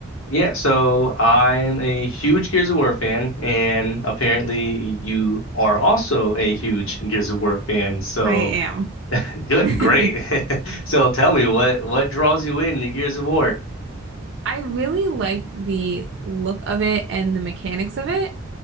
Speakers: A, on the left; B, on the right.
A: Yeah, so I'm a huge Gears of War fan, and apparently you are also a huge Gears of War fan. So
B: I am. <laughs>
A: good,
B: I
A: great. <laughs> So tell me what what draws you in to Gears of War?
B: really like the look of it and the mechanics of it.